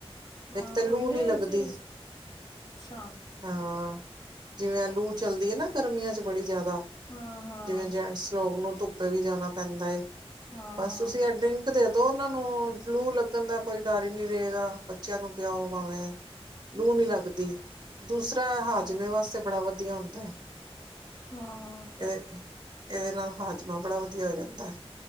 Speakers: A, on the left (about 40°); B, on the right (about 40°).
A: ਹਾਂ
B: ਇੱਕ ਤੇ ਲੂ
A: ਉਹੀ ਨਾ
B: ਨੀ ਲੱਗਦੀ।
A: ਇਹ ਚੀਜ਼ ਅੱਛਾ
B: ਹਾਂ ਜਿਂਵੇ ਆ ਲੂ ਚਲਦੀ ਐ ਨਾ ਗਰਮੀਆਂ ਚ ਬੜੀ ਜ਼ਿਆਦਾ।
A: ਹਾਂ ਹਾਂ
B: ਜਿਂਵੇ ਜੈਂਟਸ ਲੋਗ ਨੂੰ ਧੁੱਪੇ ਵੀ ਜਾਣਾ ਪੈਂਦਾ ਏ
A: ਹਾਂ
B: ਬਸ
A: ਹਾਂ
B: ਤੁਸੀ ਐ ਡਰਿੰਕ ਕ ਦੇਦੋ ਓਨਾਂ ਨੂੰ ਲੂ ਲੱਗਣ ਦਾ ਕੋਈ ਡਰ ਈ ਨੀ ਰਏਗਾ ਬੱਚਿਆਂ ਨੂੰ ਪਿਆਓ ਭਾਂਵੇ ਲੂ ਨੀ ਲੱਗਦੀ ਦੂਸਰਾ ਐ
A: ਹਾਂ
B: ਹਾਜ਼ਮੇ ਵਾਸਤੇ ਬੜਾ ਵਧੀਆ ਹੁੰਦਾ ਐ।
A: ਹਾਂ
B: ਏ ਏਦੇ ਨਾਲ ਹਾਜ਼ਮਾ ਬੜਾ ਵਧੀਆ ਹੋ ਜਾਂਦਾ ਐ।